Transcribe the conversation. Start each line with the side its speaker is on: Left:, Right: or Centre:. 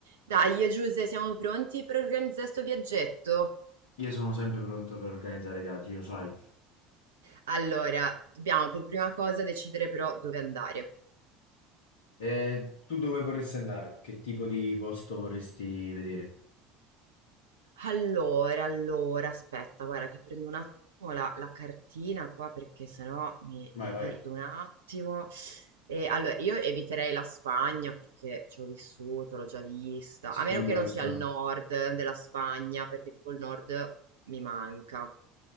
Right: Dai, Giuse, siamo pronti per organizzare sto viaggetto?
Left: Io sono sempre pronto per organizzare viaggi, lo sai.
Right: Allora, dobbiamo per prima cosa decidere però dove andare.
Left: E tu dove vorresti andare? Che tipo di posto vorresti vedere?
Right: Allora, allora, aspetta, guarda che prendo un attimo la, la cartina qua perché sennò mi,
Left: Vai,
Right: mi
Left: vai.
Right: perdo un attimo. E, allora, io eviterei la Spagna perché ci ho vissuto, l'ho già vista,
Left: Sì,
Right: a meno
Left: che abbiamo
Right: che non
Left: visto.
Right: sia il nord della Spagna perché tipo il nord mi manca,